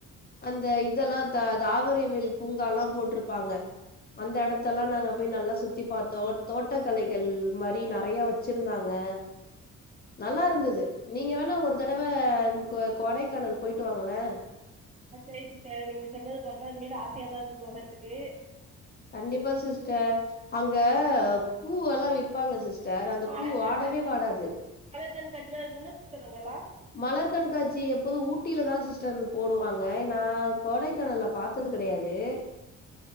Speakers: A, on the left; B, on the right.
A: அந்த இதேல்லா த தாமரைவேல் பூங்காலா போட்ருப்பாங்க அந்த எடத்தலா நாங்க போய் நல்லா சுத்தி பாத்தோ தோட்டக்கலைகள் மாரி நெறையா வச் ச்சுருந்தாங்க நல்லா இருந்தது நீங்க வேணா ஒரு தடவ கொ கொடைக்கானல் போயிட்டு வாங்களே
B: அ சேரி சிஸ்டர் நீங்க சொன்னது பாக்க எங்களுக்கு ஆசயாதா இருக்கு போகற்த்துக்கு
A: கண்டிப்பா சிஸ்டர் அங்க பூவெல்லா விப்பாங்க சிஸ் ஸ்டர் அந்த
B: மலர்
A: பூ வாடவே
B: கண்காட்சிலா
A: வாடாது
B: மலர் கண்காட்சிலா இருக்கும்ல சிஸ்டர் அங்கலா
A: மலர் கண்காட்சி எப்போது ஊட்டிலதா சிஸ்டர்ன் போடுவாங்க நா கொடைக்கானல்ல பாத்தது கெடையாது